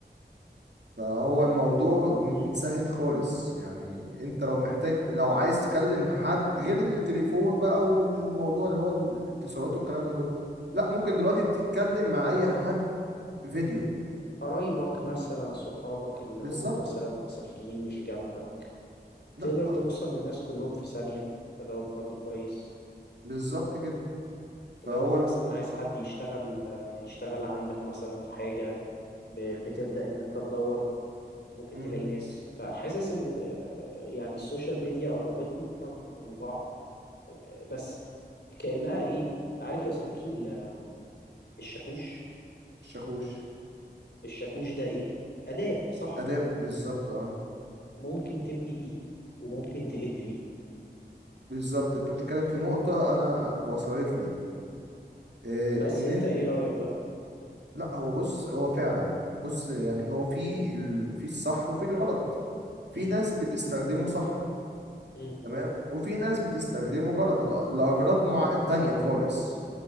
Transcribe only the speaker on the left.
مم.
قرايبك مثلا صحابك اللي
هم مثلا مسافرين مش جنبك
تقدر
توصل للناس كلهم في ثانية فدوت برضو كويس
لو
انت مثلا عايز حد يشتغل آه، يشتغل عندك مثلا في حاجة ب- بتبدأ ان انت تدور ممكن
تلاقي ناس فحاسس ان ال- آه، يعني السوشيال ميديا قربتنا من بعض آه، بس كأنها ايه عارف يا صديقي ال- الشاكوش
الشاكوش ده ايه أداة صح
ممكن تبني بيه وممكن تهد بيه
بس
انت
ايه رأيك بقى
امم
امم